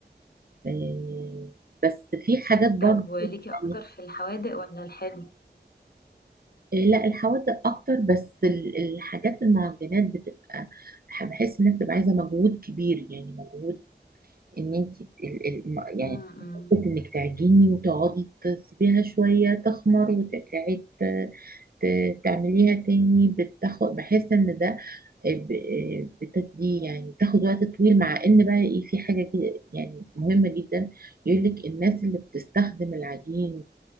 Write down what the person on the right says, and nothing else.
آه، بس في حاجات برضو
يعني
لا الحوادق اكتر بس ال- الحاجات المعجنات بتبقى بح- بحس انها بتبقى عايزه مجهود كبير يعني مجهود ان انت ال- ال- ما- يعني
حته انك تعجني وتقعدي تسيبيها شويه تخمر وترجعي ت- ت- تعمليها تاني بتاخد بحس ان ده ب- بتدي يعني تاخد وقت طويل مع ان بقى ايه في حاجة كده يعني مهمة جدا يقول لك الناس اللي بتستخدم العجين